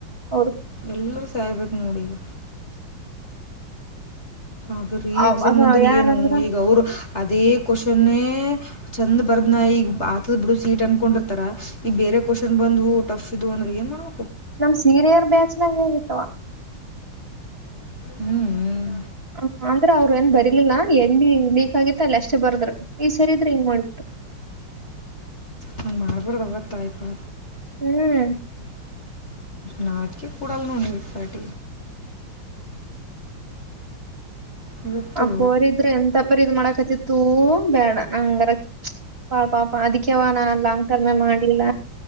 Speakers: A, on the right (about 25°); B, on the left (about 35°).
A: ಅವರು
B: ಎಲ್ರ ಸಾಯಬೇಕು ನೋಡಿ ಈಗ ಅದು ರೀ
A: ಅವ್-
B: ಎಕ್ಸಾಮ್
A: ಅದ
B: ಅಂದ್ರೆ
A: ಯಾರಂದ್ರ
B: ಏನು ಈಗ ಅವರು ಅದೇ ಕ್ವನ್ <unintelligible> ಚೆಂದ ಬರ್ದ್ನ ಈಗ ಆತದ ಬಿಡು ಸೀಟ್ ಅನ್ಕೊಂಡಿರ್ತಾರ ಈಗ ಬೇರೆ ಕ್ವನ್ ಬಂದು ಟಫ್ ಇದು ಅಂದ್ರೆ ಏನ್ ಮಾಡು
A: ನಮ್ ಸೀರಿಯರ್ ಬ್ಯಾಚ್ ನಾಗ ಹೇಗಿತ್ತವ
B: ಹ್ಮ್ ಹ್ಮ್
A: ಹ ಅಂದ್ರ ಅವ್ರು ಏನ್ ಬರ್ಲಿಲ್ಲ ಎಂಬೆ ಲೀಕ್ ಆಗಿ ಮತ್ತಲ್ಲ ಅಷ್ಟೇ ಬರ್ದ್ರ ಈ್ ಸರಿ ಇದ್ರೆ ಹಿಂಗ್ ಮಾಡ್ಬಿಟ್ರ
B: ಹ್ ಮಾರ್ಬರದ ತಾಯ್ಪಾ
A: ಹ್ಮ್
B: ನಕ ಪೂಡ ಅಲ್ಲ ನೋಡಿವಿಪಾರಟ ಇವತ್ತು
A: ಆ ಪೋರ್ ಇದ್ರೆ ಎಂಂತಪರ್ ಇದ್ ಮಾಡಕತ್ತತ್ ತೂ ಬೇಡ ನಂಗರಾ ಪಾಪ ಅದಕ್ಕೆ್ಯವ ನಾ ಲಾಂಗ್ ಟರ್ಮೇ ಮಾಡಿಲ್ಲ